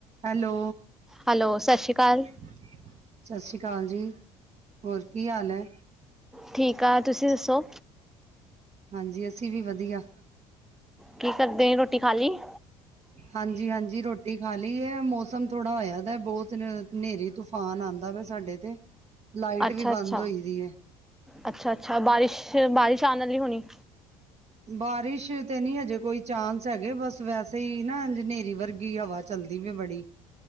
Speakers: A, on the right (about 45°); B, in the centre.
A: Hello.
B: Hello ਸਤਿ ਸ਼੍ਰੀ ਅਕਾਲ
A: ਸਤਿ ਸ੍ਰੀ ਅਕਾਲ ਜੀ, ਹੋਰ ਕੀ ਹਾਲ ਹੈ?
B: ਠੀਕ ਆ, ਤੁਸੀਂ ਦੱਸੋ?
A: ਹਾਂਜੀ, ਅਸੀਂ ਵੀ ਵਧੀਆ।
B: ਕੀ ਕਰਦੇ, ਰੋਟੀ ਖਾ ਲਈ।
A: ਹਾਂਜੀ-ਹਾਂਜੀ ਰੋਟੀ ਖਾ ਲਈ ਹੈ, ਮੌਸਮ ਥੋੜਾ ਹੋਇਆ ਦਾ ਬਹੁਤ ਹਨੇਰੀ ਤੂਫ਼ਾਨ ਹਾ, ਨਹਾਂਦਾ ਪਿਆ ਸਾਡੇ ਤੇ। ਲਾਈਟ
B: ਅੱਛਾ
A: ਵੀ
B: -ਅੱਛਾ,
A: ਬੰਦ ਹੋਈ ਦੀ ਹੈ
B: ਅੱਛਾ -ਅੱਛਾ, ਬਾਰਿਸ਼- ਬਾਰਿਸ਼ ਆਉਣ ਵਾਲੀ ਹੋਣੀ
A: ਬਾਰਿਸ਼ ਤੇ ਨੀ ਹਜੇ ਕੋਈ ਚਾਂਸ ਹੈਗੇ, ਬਸ ਵੈਸੇ ਈ ਨਾ ਨੇਰੀ ਵਰਗੀ ਹਵਾ ਚੱਲਦੀ ਵੇ ਬੜੀ